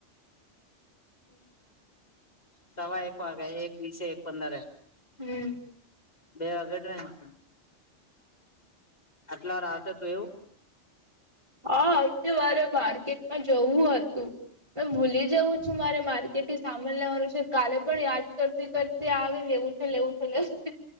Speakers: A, on the right (about 25°); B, on the left (about 35°).
A: હમ.
B: સવા એક વાગે એક વીસ એક પંદરે
A: હમ.
B: બે વાગે ટ્રેન છે, આટલા વાર આવતે તો એવું
A: હા આવતી વારે માર્કેટમાં જવું હતું મે ભૂલી જઉં છું મારે માર્કેટથી સામાન લેવાનું છે, કાલે પણ યાદ કરતી કર તે આવે લેવું છે, લેવું છે, લેવું છે.